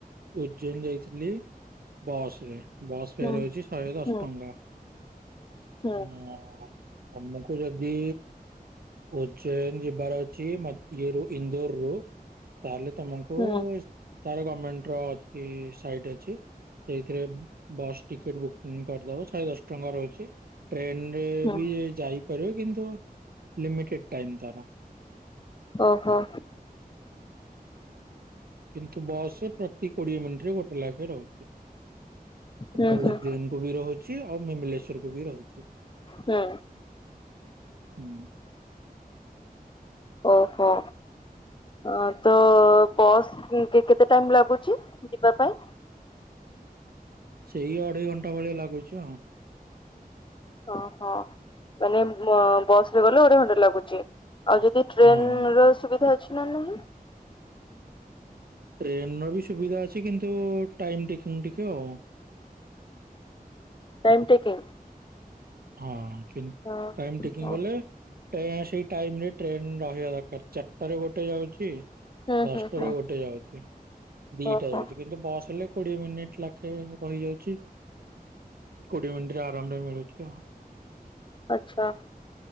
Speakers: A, on the right; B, on the left.
A: ଉଜ୍ଜୈନ ଯାଇଥିଲି ବସ ରେ ବସ୍ ଫେୟାର
B: ହୁଁ।
A: ହେଉଛି ଶହେ ଦଶ
B: ହୁଁ
A: ଟଙ୍କା।
B: ହୁଁ
A: ଉଁ ତମକୁ ଯଦି ଉଜ୍ଜୈନ ଯିବାର ଅଛି ମ ଇଏ ଇନ୍ଦୋର ରୁ ତାହେଲେ ତମକୁ
B: ହୁଁ
A: ତାର ଗଭର୍ଣମେଣ୍ଟ ର ଅଛି ସାଇଟ ଅଛି। ସେଇଥିରେ ବସ୍ ଟିକେଟ ବୁକିଂ କରିଦବ ସହେ ଦଶ ଟଙ୍କା ରହୁଛି। ଟ୍ରେନରେ
B: ହୁଁ
A: ବି ଯାଇପାରିବ କିନ୍ତୁ ଲିମିଟେଡ ଟାଇମ ତାର।
B: ଓହୋ
A: କିନ୍ତୁ ବସ୍ ରେ ପ୍ରତି କୋଡିଏ ମିନିଟରେ ଗୋଟେ ଲେଖେ ରହୁଛି।
B: ହୁଁ
A: ଉଜ୍ଜୈନ
B: ହୁଁ
A: କୁ ବି ରହୁଛି ଆଉ ମିମିଲେଶ୍ୱର କୁ ବି ରହୁଛି। ହୁଁ
B: ହୁଁ। ଓହୋ ହ ହଁ ତ ବସ୍ କେତେ ଟାଇମ୍ ଲାଗୁଛି ଯିବା ପାଇଁ?
A: ସେଇ ଅଢେଇ ଘଣ୍ଟା ଭଳିଆ ଲାଗୁଛି ଆଉ।
B: ଓହୋ ମାନେ ବସ ରେ ଗଲେ ଅଢେଇ ଘଣ୍ଟା ଲାଗୁଛି ଆଉ ଯି ଯଦି ଟ୍ରେନ
A: ହଁ।
B: ର ସୁବିଧା ଅଛି ନା ନାହିଁ।
A: ଟ୍ରେନ ର ବି ସୁବିଧା ଅଛି କିନ୍ତୁ ଟାଇମ ଟେକିଂ ଟିକେ ଆଉ।
B: Time taking.
A: ହଁ କିନ
B: ହଁ
A: ଟାଇମ ଟେକିଂ
B: ହଁ
A: ବଲେ ଟ୍ରେୟା ସି ଇ ଟାଇମରେ ଟ୍ରେନ ରହିବା ଦରକାର ଚାରିଟା ରେ ଗୋଟେ ଯାଉଛି
B: ହୁଁ
A: ଦଶଟାରେ
B: ହୁଁ ହୁଁ
A: ଗୋଟେ ଯାଉଛି ଦିଟା
B: ଓହୋ
A: ଯାଉଛି। କିନ୍ତୁ ବସ୍ ହେଲେ କୋଡିଏ ମିନିଟ ଲାଖେ ରହିଯାଉଛି। କୋଡିଏ ମିନିଟି ରେ ଆରାମ ରେ ମିଳୁଛି ଆଉ।
B: ଆଛା।